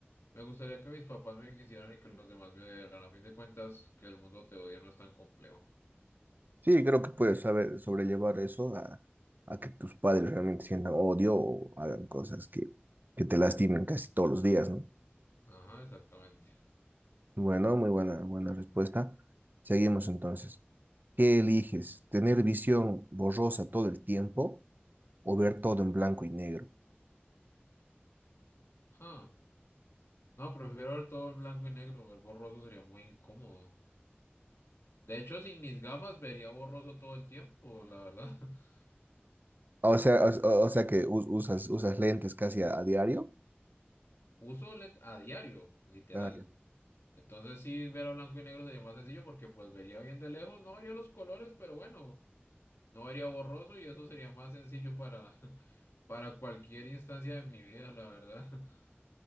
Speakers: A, on the left; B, on the right.
A: me gustaría que mis papás me quisieran y que los demás me odiaran. A fin de cuentas, que el mundo te odia no es tan complejo.
B: Sí, creo que puedes saber sobrellevar eso a, a que tus padres realmente sientan odio o hagan cosas que, que te lastimen casi todos los días, ¿no?
A: Ajá, exactamente.
B: Bueno, muy buena, buena respuesta. Seguimos entonces. ¿Qué eliges? ¿Tener visión borrosa todo el tiempo o ver todo en blanco y negro?
A: Huh. No, prefiero ver todo en blanco y negro. Ver borroso sería muy incómodo. De hecho, sin mis gafas vería borroso todo el tiempo, la verdad. <laughs>
B: O sea, o, o- o sea que us- usas, usas lentes casi a, a diario.
A: Uso lent a diario, literal.
B: Ah, ya,
A: Entonces sí, ver a blanco y negro sería más sencillo porque pues vería bien de lejos, no vería los colores, pero bueno, no vería borroso y eso sería más sencillo para, <laughs> para cualquier instancia de mi vida, la verdad. <laughs>